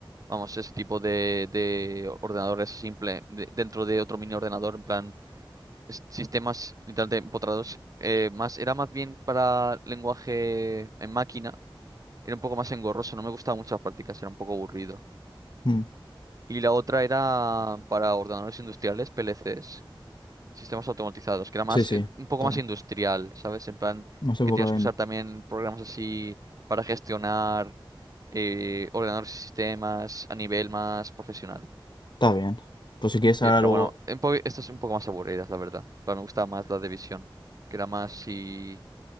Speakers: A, on the right (about 40°); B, on the left (about 60°).
A: Vamos, ese tipo de, de ordenadores simple de- dentro de otro mini ordenador, en plan... s- sistemas literalmente empotrados, eh, más, era más bien para lenguaje en máquina, era un poco más engorroso, no me gustaban muchas prácticas, era un poco aburrido.
B: Mm,
A: Y la otra era para ordenadores industriales, PLCs, sistemas automatizados, que era más,
B: Sí, sí,
A: eh, un poco
B: está
A: más
B: bien.
A: industrial, ¿sabes? En plan,
B: Más enfocado
A: que tienes
B: en...
A: que usar también programas así para gestionar eh, ordenadores y sistemas a nivel más profesional.
B: Está bien. Pues si quieres,
A: Eh,
B: ahora
A: pero
B: luego...
A: bueno, un po- estas son un poco más aburridas, la verdad. Pero me gustaba más la de visión, que era más si